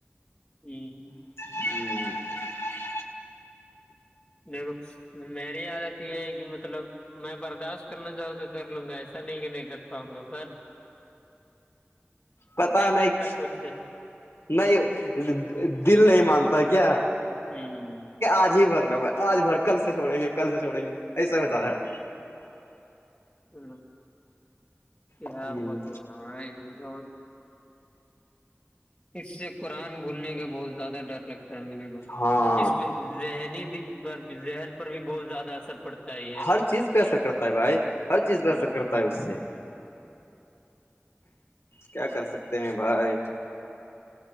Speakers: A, on the left (about 20°); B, on the left (about 75°).
A: ہوں
B: <unintelligible>
A: دیکھو میری عادت یہ ہے کہ مطلب میں برداشت کرنا چاہوں تو کر لوں گا ایسا نہیں کہ نہیں کر پاؤں گا سر
B: پتا نہیں
A: کرتا خود سے
B: نہیں دل نہیں مانتا کیا
A: ہ
B: آج ہی بھر ن بھائی آج بھر کل سے چوڑیں گے کل سے چوڑیں گے ایسا بتا ہے
A: ہ کیا
B: ہے
A: بولے اور اس سے قرآن بھولنے کا بہت زیادہ ڈر لگتا ہے میرے کو
B: ہاں
A: اس میں ذہنی بھی ذہن پر بھی بہت زیادہ اثر پڑتا ہی ہے
B: ہر چیز پہ اثر کرتا ہے بھائی ہر چیز پہ
A: ہ
B: اثر کرتا اس سے کیا کر سکتے ہیں بھائی